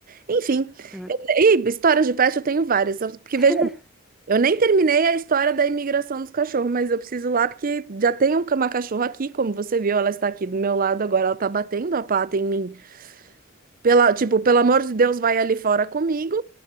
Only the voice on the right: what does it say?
Enfim,
eu- e histórias de pet eu tenho várias. só- Porque
veja, eu nem terminei a história da imigração dos cachorros, mas eu preciso ir lá porque já tem um- uma cachorra aqui, como você viu, ela está aqui do meu lado agora, ela está batendo a pata em mim. Pela, tipo, pelo amor de Deus, vai ali fora comigo.